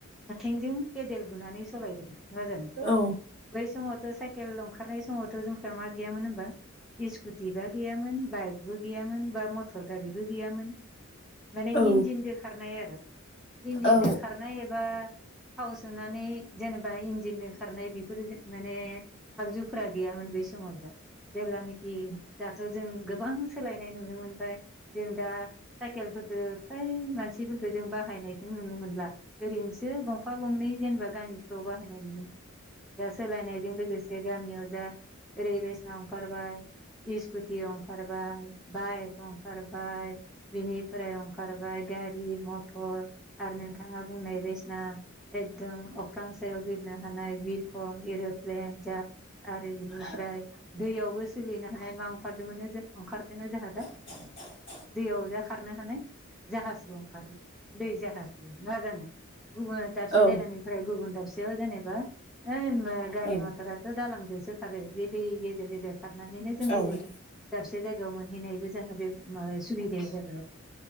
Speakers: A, in the centre; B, on the left.
A: आथिंजों पेदेल बुनानै सालायदोंमोन। नङा जानो?
B: औ
A: बै समावथ' साइकेल ओंखारनाय समावथ' जोंफ्रा मा गैयामोन होनबा? इस्कुटि बा गैयामोन बायकबो गैयामोन बा मटर गारि गैयामोन माने
B: औ
A: इनजेन दोगायनाय आरो इनजिन
B: औ
A: दोखारनाय बा थाव सोनानै जेनेबा इन्जिनदों खारनाय बेफ फोर माने आगजुफोरा गैयामोन बै समाव जा जेब्लानाखि
B: औ
A: दाथ' जों गोबां सोलायनाय नुनो मोनबाय। जों दा साइकेलफोरखो फ्राय मानसिफोरखो जों बाहायनायखौ नुनो मोनला। ओरैनोसो गंफा गंनै जेनेबा गामिफोराव बाहायनाय नुनो मोनो। दा सोलायनायजों लोगोस से गामियाव जा ओरै रेसनाव ओंखारबाय। इस्कुटि ओंखारबाय बायक ओंखार बाय बिनिफ्राय ओंखारबाय गारि, मथर आरो नों थाङा बुंनाय बेसना एकदम अख्रां सायाव बिरनो हानाय बिर खं इरुप्लेन जा आरो बिनिफ्राय दैयावबो सोलिनो हानाय मा ओंखारदोंमोननो जों ओंखारखोनो जोंहा दा?
B: <inaudible>
A: दैयाव जा खारनो हानाय जाहाजबो ओंखारबाय दै जाहाज। नङा जानो गुबुना दाबसे
B: औ
A: जायगानिफ्राय गुबुन दाबसेयाव जेनेबा ओइ मो गारि
B: औ
A: मथराथ' दालांजोंसो खारो। बे दै गेजेर गेजेर खारनानैनो जों गुबुन
B: औ
A: दाबसे जायगायाव मोनहैनायबो जोंहा बे माबा सुबिदाया जाजोबो‌।